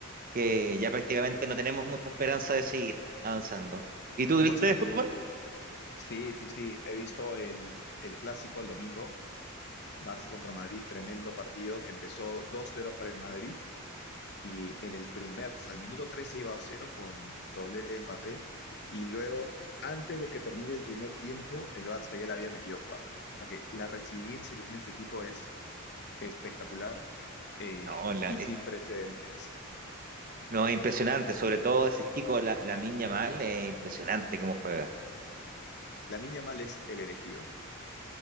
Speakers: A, on the right; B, on the left.
A: que ya prácticamente no tenemos mucha esperanza de seguir avanzando. ¿Y tú
B: ¿Cómo
A: viste
B: están?
A: de fútbol?
B: Sí, sí, sí. He visto el, el clásico el domingo, Barça contra Madrid, tremendo partido que empezó dos 0 para el Madrid y en el primer, o sea, al minuto 13 iba dos 0 con doblete de Mbappé y luego, antes de que termine el primer tiempo, el Barça ya le había metido 4. O sea que la resiliencia que tiene este equipo es espectacular eh,
A: No, la-
B: y
A: eh,
B: sin precedentes.
A: no, es impresionante, sobre todo ese chico, la, Lamine Yamal, es impresionante cómo juega.
B: Lamine Yamal es el elegido.